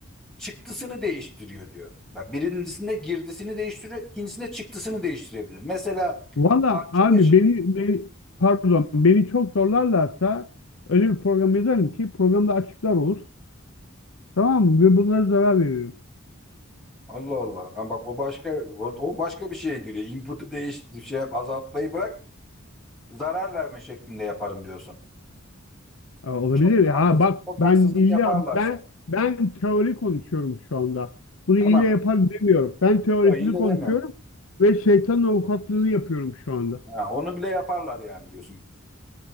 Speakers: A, in the centre; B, on the left (about 75°).
A: Çıktısını değiştiriyor diyor. Bak birincisinde girdisini değiştiriyor, ikincisinde çıktısını değiştirebilir. Mesela
B: Valla
A: parça
B: abi
A: başı
B: beni, beni pardon beni çok zorlarlarsa öyle bir program yazarım ki programda açıklar olur. Tamam mı? Ve bunlara zarar veririm.
A: Allah Allah. Ha bak o başka o, o başka bir şeye giriyor. Input'u değiştir şey yap, azaltmayı bırak. Zarar verme şeklinde yaparım diyorsun.
B: Aa, olabilir
A: Çok,
B: ya.
A: haksız-
B: Ha, bak
A: çok
B: ben
A: haksızlık
B: illa
A: yaparlarsa.
B: ben ben teori konuşuyorum şu anda. Bunu
A: Tamam.
B: illa yapar demiyorum. Ben teorisini
A: O iyi de
B: konuşuyorum
A: demiyorum.
B: ve şeytanın avukatlığını yapıyorum şu anda.
A: Ha, onu bile yaparlar yani diyorsun.